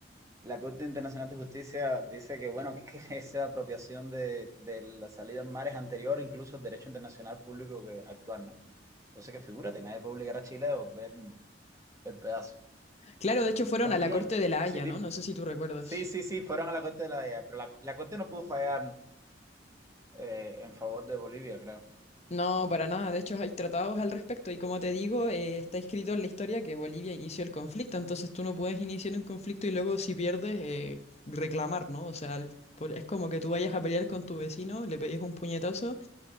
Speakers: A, on the right; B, on the left.
A: la Corte Internacional de Justicia dice que bueno, que, <laughs> que esa apropiación de, de la salida en mares anterior, incluso al derecho internacional público que actual, ¿no? Entonces que figúrate, nadie puede obligar a Chile a volver el pedazo.
B: Claro, de hecho fueron
A: También,
B: a la corte de La Haya,
A: sí, dime.
B: ¿no? No sé si tú recuerdas.
A: Sí, sí, sí, fueron a la Corte de La Haya, pero la, la Corte no pudo fallar eh, en favor de Bolivia, creo.
B: No, para nada. De hecho, hay tratados al respecto y como te digo, eh, está escrito en la historia que Bolivia inició el conflicto. Entonces tú no puedes iniciar un conflicto y luego si pierdes, eh, reclamar, ¿no? O sea, el- por- es como que tú vayas a pelear con tu vecino, le pegues un puñetazo.